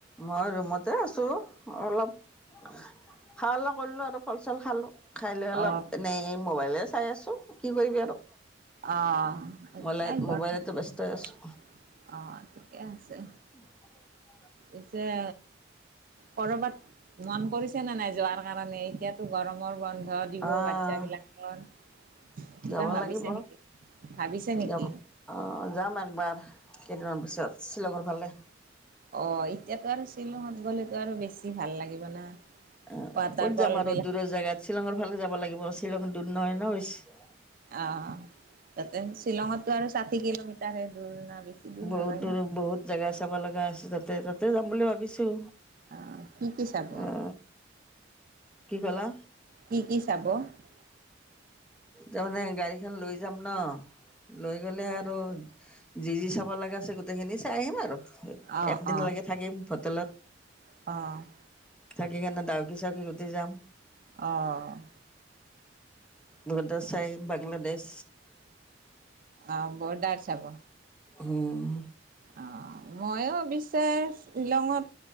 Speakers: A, in the centre; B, on the right.
A: মই ৰুমতে আছোঁ। অলপ খোৱা লোযৱা কৰিলোঁ আৰু ফল চল খালোঁ। খাই লৈ অলপ
B: অ'
A: এনেই মোবাইলে চাই আছোঁ। কি কৰিবি আৰু।
B: অঁ! <unintelligible>
A: মলে মোবাইলতে ব্যস্ত হৈ আছোঁ
B: অ'! ঠিকে আছে।
A: <unintelligible>
B: এতিয়া কৰবাত মন পৰিছে নে নাই যোৱাৰ কাৰণে? এতিয়াতো গৰমৰ বন্ধ। দিব
A: অ'!
B: বাচ্ছাবিলাকৰ কিবা
A: যাব
B: ভাবিছে
A: লাগিব।
B: নেকি ভাবিছে নেকি
A: যাব, অ'! যাম একবাৰ। কেইদিনমান পিছত শ্বিলঙৰ ফালে।
B: অ'! এতিয়াতো আৰু শ্বিলঙত গ'লেতো আৰু বেছি ভাল লাগিব না।
A: অ'!
B: ৱাটাৰ
A: ক'ত
B: ফল
A: যাম আৰু
B: বিলাক
A: দূৰৰ জেগাত, শ্বিলঙৰ ফালে যাব লাগিব। শ্বিলং দূৰ নহয় ন' বেছি।
B: অ'! তাতে, শ্বিলঙতটো আৰু ষাঠি কিলোমিটাৰ হে দূৰ ন'? বেছি
A: বহুত
B: নহয়
A: দূৰ, বহুত জেগা চাব লগা আছে। তাতে, তাতে যাম বুলি ভাবিছোঁ।
B: অ কি কি চাব?
A: অ কি ক'লা?
B: কি কি চাব অ
A: তাৰমানে, গাড়ীখন লৈ যাম ন', লৈ গলে আৰু যি, যি চাব লগা আছে, গোটেইখিনি চাই আহিম আৰু।
B: অ
A: একদিন
B: অ
A: লৈকে থাকিম। হোটেলত।
B: অ'!
A: থাকি কেনে, <unintelligible>
B: অ'!
A: বহুত <unintelligible> বাংলাদেশ।
B: অ'! বৰদাৰ চাব?
A: উম!
B: অ'! মইয়ো অৱশ্যে শ্বিলঙত